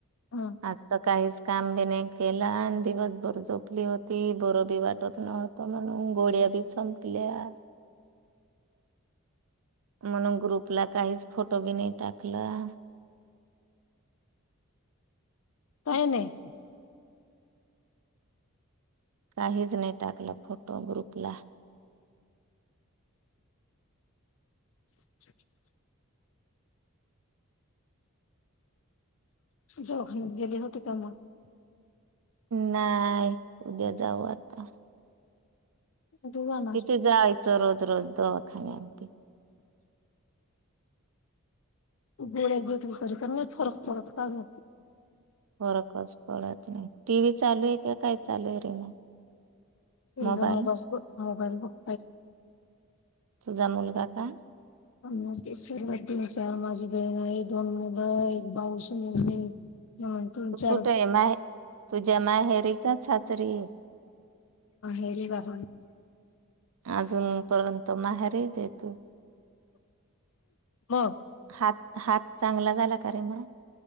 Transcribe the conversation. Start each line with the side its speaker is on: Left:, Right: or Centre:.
Left: ह
Right: आत्ता काहीच काम बी नाही केला आणि दिवसभर झोपली होती बर बी वाटत नव्हत म्हणून गोळ्या बी संपल्या म्हणून ग्रुपला काहीच फोटो बी नाही टाकलं
Left: काय नाही
Right: काहीच नाही टाकलं फोटो ग्रुपला
Left: ल दोघच गेले होते का मग
Right: नाही उद्या जाऊ आता
Left: उद्या जाणार
Right: किती जायचं रोज दवाखान्यात
Left: गोळ्या घेेतली फरक पडत नाही
Right: <inaudible> टीव्ही चालू आहे का काय चालू आहे रे ना
Left: इ
Right: मोबाईल
Left: मोबाल ब मोबाईल बुक
Right: तुझा मुलगा का
Left: ् सर्व तीन चार माझी बेण आहे दोन मुलं एक भाऊ म म्हण तुम
Right: तू
Left: चार
Right: कुठे आहे माहे तुझ्या माहेरी का सासरी आहे
Left: हेरी ब
Right: अजून पर्यंत नाही ते तेतू
Left: म
Right: हात हात चांगला झाला का रे मर